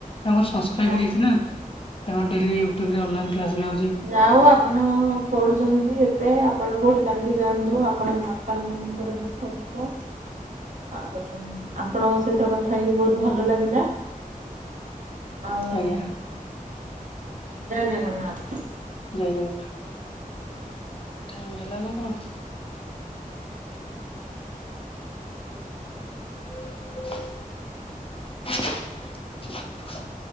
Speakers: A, on the left (about 40°); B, on the right (about 60°).
A: ତାଙ୍କର ସଂସ୍କ୍ରାଇବ
B: ଯାହା
A: ନେଇଛି
B: ହଉ
A: ନା। ତାଙ୍କର ଡେଲି ୟୁ ଟ୍ୟୁବ୍ ରେ ଅନାଇ କ୍ଲାସ ନିଆ ହେଉଛି।
B: ଯାହା ହଉ ଆପଣ ପଢ଼ୁଛନ୍ତି ଏତେ, ଆପଣ କଉଠି ଲାଗି ଯାଆନ୍ତୁ। ଆପଣ ପାପା, ମମିଙ୍କର ଦୁଃଖ ଯିବ। ଆଉ ଆପଣଙ୍କ ସହିତ କଥା ହେଇକି ବହୁତ ଭଲ ଲାଗିଲା। ଆଉ
A: ଆଜ୍ଞା
B: ଜୟ ଜଗନ୍ନାଥ।
A: ଜୟ ଜଗନ୍ନାଥ। ଟାଇମ ହେଲା ନା କଣ? <inaudible>